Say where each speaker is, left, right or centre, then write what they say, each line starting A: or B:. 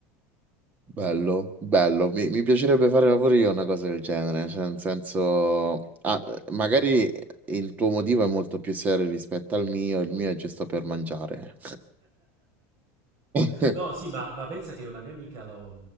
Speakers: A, on the right (about 20°); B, on the right (about 40°).
A: Bello, bello. Mi, mi piacerebbe fare pure io una cosa del genere, cioè nel senso, ah, magari il tuo motivo è molto più serio rispetto al mio, il mio è giusto per mangiare. <laughs>
B: No, sì, ma, ma pensa che una mia amica lo-